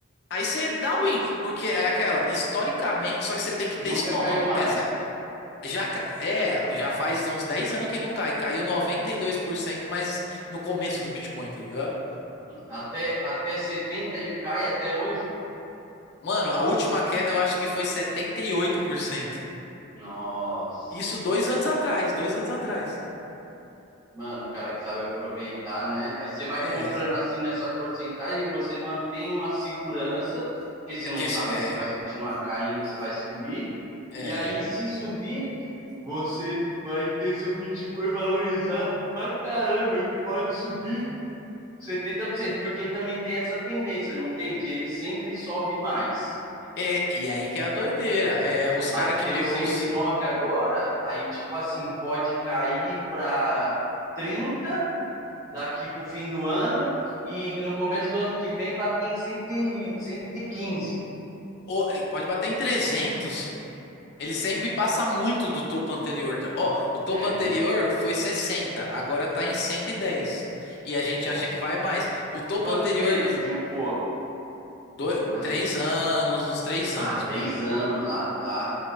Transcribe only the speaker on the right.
Nunca
caiu mais.
Até, até 70 ele cai até hoje?
Nossa.
Mano, o cara que sabe aproveitar, né? Aí você vai
comprando assim nessa porcentagem, você mantém uma segurança, porque você não
sabe
se vai continuar caindo ou se vai subir.
E aí, se subir, você vai ter seu Bitcoin valorizado pra caramba, que pode subir setenta por cento porque também tem essa tendência, não tem? De ele sempre sobe mais.
Bateu
cento
e nove agora, aí tipo assim, pode cair para 30 daqui para o fim do ano e no começo do ano que vem bater em cento e quinze
É,
né?
Nossa.
Em Quanto
tempo
de um pro outro?
Mais
ou menos.
Ah,
três
anos. Ah, tá.